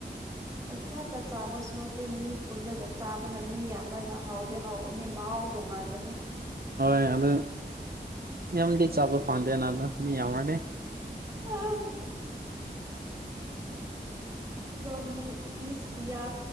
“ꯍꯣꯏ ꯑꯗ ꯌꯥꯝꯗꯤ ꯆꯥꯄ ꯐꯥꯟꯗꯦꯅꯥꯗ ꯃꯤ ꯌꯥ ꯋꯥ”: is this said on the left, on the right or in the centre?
Right